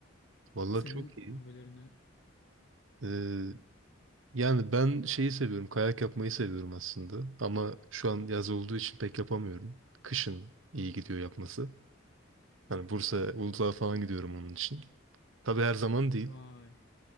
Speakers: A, on the right; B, on the left.
A: Vallahi
B: Senin
A: çok iyi.
B: hobilerin neler?
A: Ee, yani ben şeyi seviyorum, kayak yapmayı seviyorum aslında. Ama şu an yaz olduğu için pek yapamıyorum. Kışın iyi gidiyor yapması. Hani Bursa, Uludağ'a falan gidiyorum onun için. Tabii her zaman değil.
B: Vay,